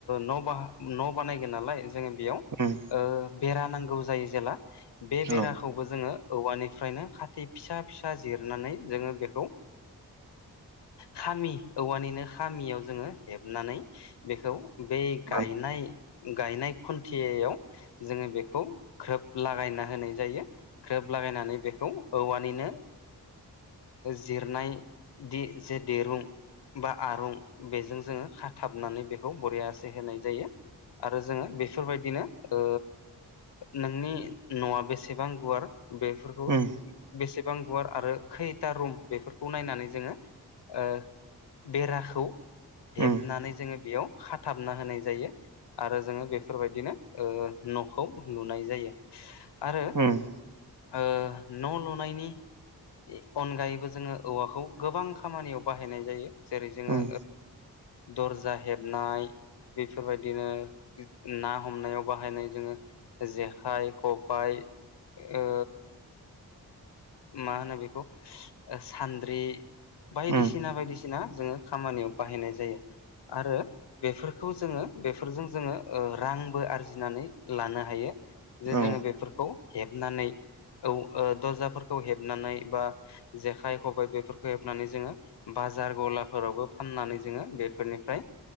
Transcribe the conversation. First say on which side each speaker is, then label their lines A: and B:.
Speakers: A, on the left; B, on the right.
A: न' बा न' बानायगोन नालाय जोङो बेयाव
B: उम
A: बेरा नांगौ जायो जेला बे बेरा
B: औ
A: खौबो जोङो औवानिफ्रायनो खााथै फिसा फिसा जिरनानै जोङो बेखौ खामि औवानिनो खामियाव जोङो हेबनानै बेखौ बे
B: बानायना
A: गायनाय गायनाय खुन्थिययाव जोङो बेखौ ग्रोब लागायना होनाय जायो ग्रोब लागायनानै बेखौ औवानिनो जिरनायदि जे दिरुं बा आरुं बेजों जोङो खाथाबनानै बेखौ बरियासे होनाय जायो आरो जोङो बेफोरबायदिनो ओ नोंनि न'आ बेसेबां गुवार बेफोरखौ
B: उम
A: बेसेबां गुवार आरो खैथा रुम बेफोरखौ नायनानै जोङो ओ बेराखौ हेबनानै
B: उम
A: जोङो बेयाव थाबना होनाय जायो आरो जोङो बेफोरबायदिनो ओ न'खौ लुनाय जायो। आरो
B: उम
A: ओ न' लुनायनि बे अनगायैबो जोङो औवाखौ गोबां खामानियाव बाहायनाय जायो जेरै जोङो
B: उम
A: दरजा हेबनाय बेफोरबायदिनो ना हमनायाव बाहायनाय जोङो जेखाइ खबाइ ओ मा होनो बेखौ ओ सान्द्रि बायदिसिना
B: उम
A: बायदिसि सिना जोङो खामानियाव बाहायनाय जायो। आरो बेफोरखौ जोङो बेफोरजों जोङो ओ रांबो आरजिनानै लानो हायो। जे जोङो
B: औ
A: बेफोरखौ हेबनानै औ ओ दरजाफोरखौ हेबनानै बा जेखाइ खबाइ बेफोरखो हेबनानै जोङो बाजार गलाफोरावबो फाननानै जोङो बेफोरनिफ्राय